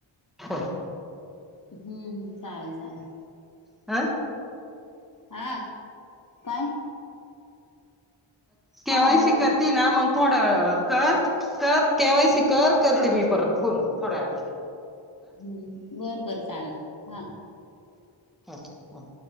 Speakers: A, in the centre; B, on the left.
A: हा.
B: हम्म हम्म चालेल चालेल.
A: आ.
B: हा काय
A: केवायसी
B: हा बोला
A: करती ना मग थोडं कर कर केवायसी कर करते
B: हम्म
A: मी परत फोन मग थोड्या वेने
B: हम्म बरं बरं चालेल हा
A: अच् हम